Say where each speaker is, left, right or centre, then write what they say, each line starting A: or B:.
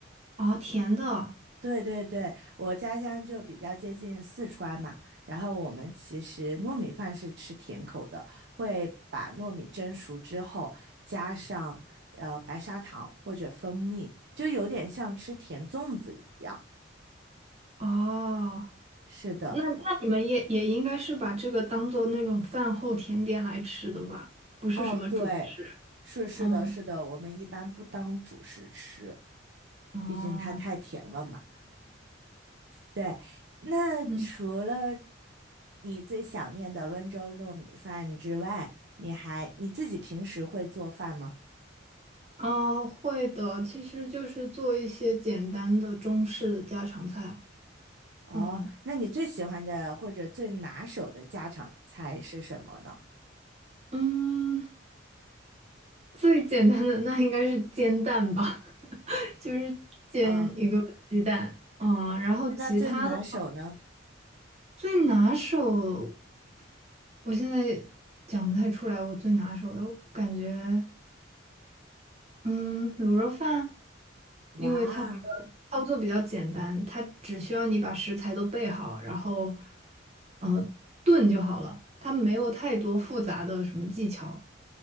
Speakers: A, on the right (about 35°); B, on the right (about 60°).
A: 哦，甜的
B: 对对对，我家乡就比较接近四川嘛，然后我们其实糯米饭是吃甜口的，会把糯米蒸熟之后加上呃白砂糖或者蜂蜜，就有点像吃甜粽子一样。
A: 哦，
B: 是的，
A: 那那你们也也应该是把这个当做那种饭后甜点来吃的吧？不是什么。
B: 哦，对，
A: 主。
B: 是是的，
A: 嗯
B: 是的，我们一般不当主食吃，
A: 哦
B: 毕竟它太甜了嘛。对，那除了
A: 嗯，
B: 你最想念的温州糯米饭之外，你还你自己平时会做饭吗？
A: 啊，会的，其实就是做一些简单的中式的家常菜。
B: 哦，
A: 嗯
B: 那你最喜欢的或者最拿手的家常菜是什么呢？
A: 嗯，最简单的那应该是煎蛋吧，<laughs> 就是煎一个鸡蛋。
B: 啊，
A: 嗯，然后其他的
B: 那最拿手呢？
A: 最拿手，我现在讲不太出来我最拿手的，我感觉。嗯，卤肉饭，
B: 哇，
A: 因为它比较操作比较简单，它只需要你把食材都备好，然后，呃，炖就好了，它没有太多复杂的什么技巧。